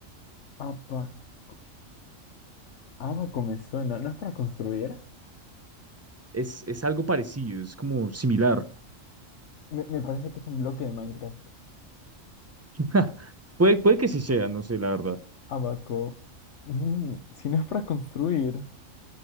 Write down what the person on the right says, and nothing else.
Es, es algo parecido, es como similar.
<laughs> Puede, puede que sí sea, no sé, la verdad.